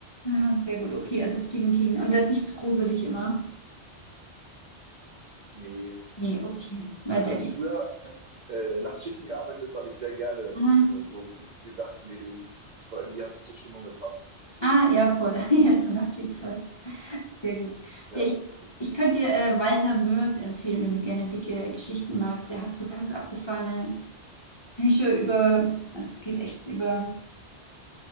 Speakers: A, on the left; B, on the right.
A: Ah, sehr gut, okay. Also Stephen King. Und der ist nicht zu gruselig immer?
B: Nee, nee.
A: Nee,
B: Ich
A: okay. Weil
B: habe
A: der.
B: das früher, ich habe äh, Nachtschichten gearbeitet, das habe ich sehr gerne
A: Ah,
B: äh, so gruselige Sachen gelesen. Das war irgendwie, hat es zur Stimmung gepasst.
A: ah ja, voll. <laughs> Jetzt eine Nachtschicht voll. Sehr gut.
B: Ja,
A: Ja, ich, ich könnte dir äh, Walter Mörs empfehlen, wenn du gerne dicke Geschichten magst. Der hat so ganz abgefahrene Bücher über, also es geht echt über,